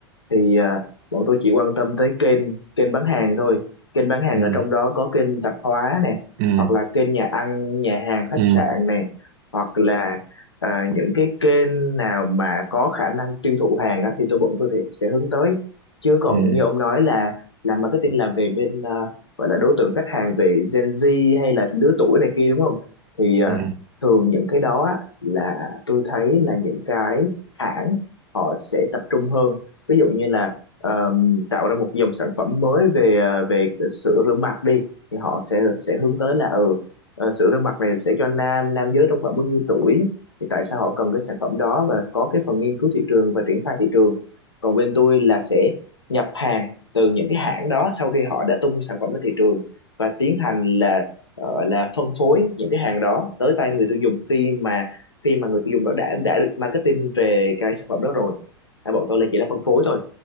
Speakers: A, on the left; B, on the right.
A: thì à, bọn tôi chỉ quan tâm tới kênh kênh bán hàng thôi kênh bán hàng
B: ừ
A: ở trong đó có kênh tạp hóa nè
B: ừ
A: hoặc là kênh nhà ăn nhà hàng khách
B: ừ
A: sạn nè hoặc là à, những cái kênh nào mà có khả năng tiêu thụ hàng á, thì tôi bọn tôi thì sẽ hướng tới chứ còn
B: ừ
A: như ông nói là làm marketing là về bên à, gọi là đối tượng khách hàng về Gen Z hay là lứa tuổi này kia đúng không thì à,
B: ừ
A: thường những cái đó á, là tôi thấy là những cái hãng họ sẽ tập trung hơn ví dụ như là ờm, tạo ra một dòng sản phẩm mới về ờ, về sữa rửa mặt đi thì họ sẽ sẽ hướng tới là ừ ờ, sữa rửa mặt này sẽ cho nam nam giới trong khoảng bao nhiêu tuổi thì tại sao họ cần cái sản phẩm đó và có cái phần nghiên cứu thị trường và triển khai thị trường còn bên tôi là sẽ nhập hàng từ những cái hãng đó sau khi họ đã tung sản phẩm ra thị trường và tiến hành là ờ, là phân phối những cái hàng đó tới tay người tiêu dùng khi mà khi mà người tiêu dùng đó đã đã được marketing về cái sản phẩm đó rồi à, bọn tôi là chỉ là phân phối thôi